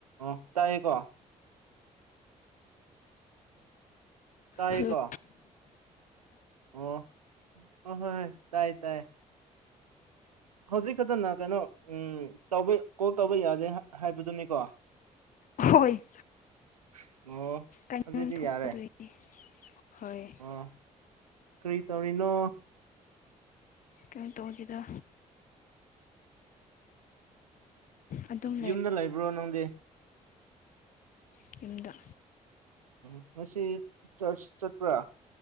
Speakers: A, on the right; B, on the left.
A: ꯑ ꯇꯏ ꯀꯣ ꯇꯥꯏꯌꯦꯀꯣ
B: ꯍꯜꯂꯣ
A: ꯑꯣ ꯍ ꯍ ꯇꯥꯏ ꯇꯥꯏ ꯍꯧꯖꯤꯛ ꯈꯛꯇꯅ ꯀꯩꯅꯣ ꯇꯧꯕ ꯀꯣꯜ ꯇꯧꯕ ꯌꯥꯗꯦ ꯍꯥꯏꯕꯗꯨꯅꯤꯀꯣ <inaudible>
B: ꯍꯣꯏ
A: ꯑꯣ
B: ꯀꯩꯅꯩꯅꯣꯝ
A: ꯍꯧꯖꯤꯛꯇꯤ
B: ꯊꯣꯛꯄꯗꯗꯒꯤ
A: ꯌꯥꯔꯦ
B: ꯍꯣꯏ
A: ꯑꯣ ꯀꯔꯤ ꯇꯧꯔꯤꯅꯣ
B: ꯀꯝ ꯇꯣꯡꯣꯡꯗꯨꯗ ꯑꯗꯨꯝ
A: ꯌꯨꯝꯗ ꯂꯩꯕ꯭ꯔꯣ ꯅꯪꯗꯤ
B: ꯇꯨꯝꯗ
A: ꯎꯝ ꯉꯁꯤ ꯆꯔꯆ ꯆꯠꯄ꯭ꯔꯥ